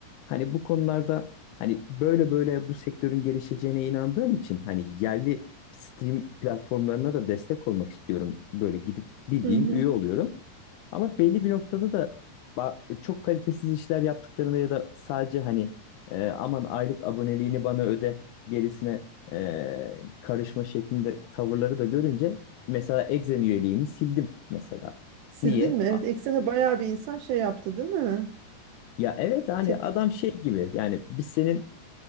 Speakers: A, on the left; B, on the right.
A: hani bu konularda hani böyle böyle bu sektörün gelişeceğine inandığım için hani yerli stream platformlarına da destek olmak istiyorum. Böyle gidip bildiğim
B: Hı hı.
A: üye oluyorum. Ama belli bir noktada da ba- çok kalitesiz işler yaptıklarında ya da sadece hani e, aman aylık aboneliğini bana öde gerisine e, karışma şeklinde tavırları da görünce mesela Exen üyeliğimi sildim mesela.
B: Sildin
A: Niye?
B: mi? Evet,
A: A-
B: eksene bayağı bir insan şey yaptı, değil mi?
A: Ya evet hani
B: Tep-
A: adam şey gibi yani biz senin